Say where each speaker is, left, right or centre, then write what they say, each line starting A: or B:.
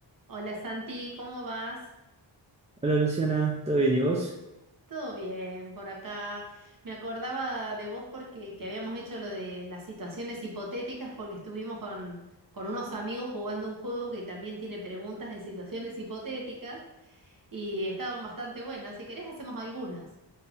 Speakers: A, on the right; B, on the right.
A: Hola Santi, ¿cómo vas?
B: Hola Luciana, ¿todo bien y vos?
A: Todo bien por acá. Me acordaba de vos porque que habíamos hecho lo de las situaciones hipotéticas porque estuvimos con, con unos amigos jugando un juego que también tiene preguntas de situaciones hipotéticas y estaban bastante buenas. Si querés hacemos algunas.